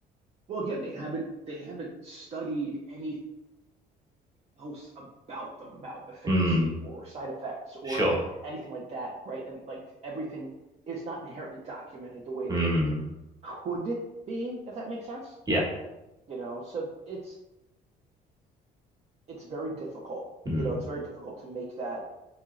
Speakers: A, on the right; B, on the right.
A: Well, again, they haven't they haven't studied anything else about them, about efficacy
B: Hmm,
A: or side effects or
B: sure.
A: anything like that, right? And like everything is not inherently documented the way
B: Hmm,
A: that it could be, if that makes sense.
B: yeah.
A: You know, so it's it's very difficult.
B: Hmm,
A: You know, it's very difficult to make that